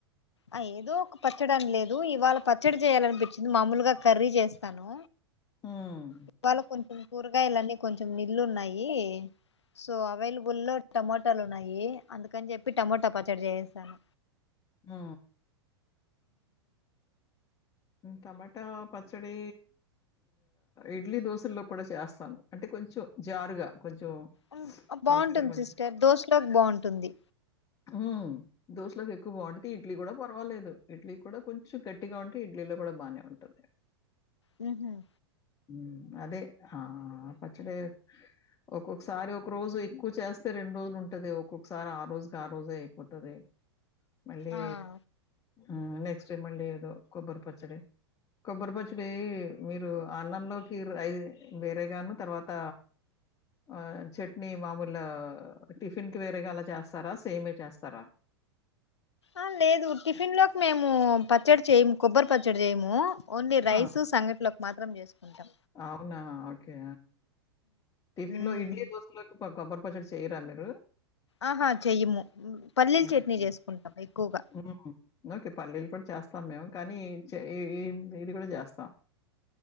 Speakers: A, on the left; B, on the left.
A: ఆ ఏదో ఒక పచ్చడని లేదు ఇవాళ పచ్చడి చేయాలనిపించింది మామూలుగ కర్రీ చేస్తాను
B: హ్మ్.
A: ఇవాళ కొంచెం కూరగాయలన్నీ కొంచెం నిళ్లు ఉన్నయి సో అవైలబుల్ లో టమోటాలు ఉన్నాయి అందుకని చెప్పి టమోటా పచ్చడి చేసాను
B: ఆ టమాటా పచ్చడీ ఇడ్లీ దోశల్లో కూడా చేస్తాను అంటే కొంచెం జారుగా కొంచెం
A: ఉమ్ బాగుంటుంది
B: పల్సగ కొంచం
A: సిస్టర్ దోశలోకి బాగుంటుంది
B: ఉ దోశలోకి ఎక్కువ బాగుంటది ఇడ్లీ కూడా పర్వాలేదు ఇడ్లీ కూడా కొంచెం గట్టిగా ఉంటే ఇడ్లీలో కూడా బానే ఉంటుంది
A: మ్మ్ మ్మ్
B: మ్మ్ అదే ఆ పచ్చడె ఒక్కొక్కసారి ఒక రోజు ఎక్కు చేస్తే రెండు రోజులు ఉంటది ఒక్కొక్కసారి ఆరోజ గరోజే అయిపోతుది మళ్ళీ
A: ఆ
B: మ్మ్ నెక్స్టై మళ్ళీ ఎదో కొబ్బరి పచ్చడి కొబ్బరి పచ్చడీ మీరు అన్నంలోకి రై వేరేగాను తర్వాత ఆ చట్నీ మామూలా టిఫిన్కి వేరేగా అలా చేస్త స్తారా సేమే చేస్తారా
A: ఆ లేదు టిఫిన్ లోకి మేము పచ్చడి చేయము కొబ్బరి పచ్చడి జేము ఓన్లీ రైస్
B: ఆ!
A: సంగట్లోకి మాత్రం జేస్కుంటాం
B: అవునా ఓకే టిఫిన్లో
A: ఉమ్
B: ఇడ్లీ డొస్కలోకి కో బ్బరి చేయరా మీరు
A: ఆహా చెయ్యము పల్లీల
B: హ్మ్.
A: చేట్నీ చేస్కుంటాము ఎక్కుగా
B: హ్మ్. ఓకే పల్లీలు పొడ్ చేస్తాం మేము కానీ చ ఎ ఏం ఇది గుడా చేస్తాం